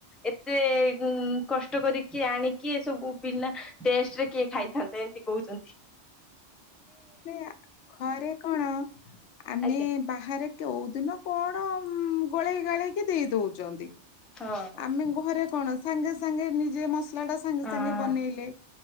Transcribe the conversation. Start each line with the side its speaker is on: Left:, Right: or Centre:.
Centre: ଏତେ କଷ୍ଟ କରିକି ଆଣି କିଏ ସବୁ ଵିନା ଟେଷ୍ଟରେ କିଏ ଖାଇଥାନ୍ତେ ଏମତି କହୁଚନ୍ତି
Left: ମାନେ ଘରେ କଣ ଆମେ
Centre: ଆଜ୍ଞା
Left: ବାହାରେ କୋଉ ଦିନ କଣ ଗୋଳେଇ ଗାଳେଇକି ଦେଇ ଦଉଚନ୍ତି।
Centre: ହଁ।
Left: ଆମେ ଘରେ କଣ ସାଙ୍ଗେ ସାଙ୍ଗେ ନିଜେ ମସଲା ଟା ସାଙ୍ଗେ
Centre: ହଁ।
Left: ସାଙ୍ଗେ ବନେଇଲେ